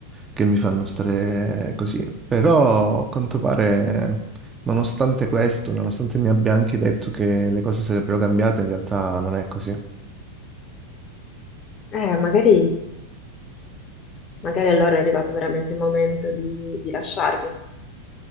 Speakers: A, on the right (about 20°); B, on the left (about 30°).
A: che mi fanno stare così. Però, a quanto pare, nonostante questo, nonostante mi abbia anche detto che le cose sarebbero cambiate, in realtà non è così.
B: Eh, magari, magari allora è arrivato veramente il momento di, di lasciarvi.